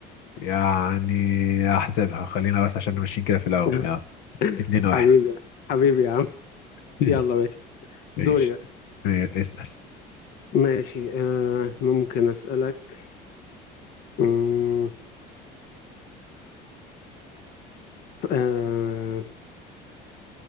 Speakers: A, on the left (about 75°); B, on the left (about 60°).
A: يعني احسبها خلينا بس عشان ماشيين كده في الاول
B: <laughs>
A: يلا 2 1
B: حبيبي حبيبي يا عم
A: <laughs>
B: يلا ماشي دوري
A: ماشي
B: بقى
A: آه، اسال
B: ماشي آه ممكن اسالك مم، آه